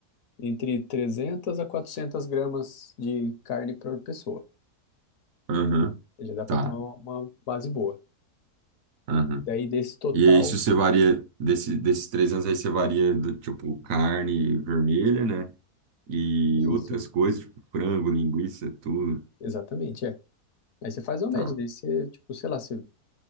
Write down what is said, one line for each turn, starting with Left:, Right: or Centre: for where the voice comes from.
Left: entre 300 a 400 gramas de carne por pessoa.
Right: Aham.
Left: Já dá para
Right: Tá.
Left: ter uma, uma base boa.
Right: Aham.
Left: Daí desse total,
Right: E isso você varia, desse, desses três anos aí você varia do tipo carne vermelha, né? E
Left: isso,
Right: outras
Left: isso.
Right: coisas, tipo frango, linguiça, tudo.
Left: Exatamente, é. Aí você faz uma média,
Right: Tá.
Left: daí você, tipo, sei lá, se